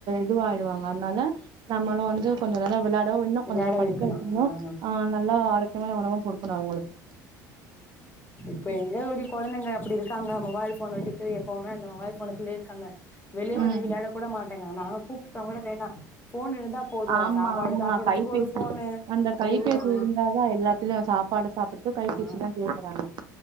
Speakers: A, on the right; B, on the left.
A: இதுவாய்டுவாங்க அத்னால நம்மளு வந்து கொஞ்சோ கொஞ்சோ விள்ளா <unintelligible> இன்னு
B: விளையாட
A: கொஞ்சோ படிக்க
B: வைக்கணு
A: வைக்கன்ணா
B: ஆ
A: அ நல்லா சத்தான உணவு கொடுக்கணு அவுங்களுக்கு
B: இப்ப எங்க ஒரு கொழந்தைங்க அப்புடி இருக்காங்க மொபைல் போபோன் வச்சு ட்டு எப்பவுமே அந்த மொபைல் போனுக்குள்ளயே இருக்காங்க வெளிய
A: ம்
B: வந்து விளையாட கூட மாட்டாங் எங்கனாலு கூப்ட்டு போனாக் கூட வேணா ஃபோன் இருந்தா போது
A: ஆமா
B: சாப்பாடு
A: ஆமா
B: சாப்புட்றதுக்கு
A: கைபேசி
B: ஒரு ஃபோனு
A: அந்த கைபேசி
B: ஐயோ ஆ
A: இருந்தாதா எல்லாத்லியு சாப்பாடு சாப்புட்றத்துக்கு கைப்பேசிதா
B: ஆ
A: கேக்கறாங்க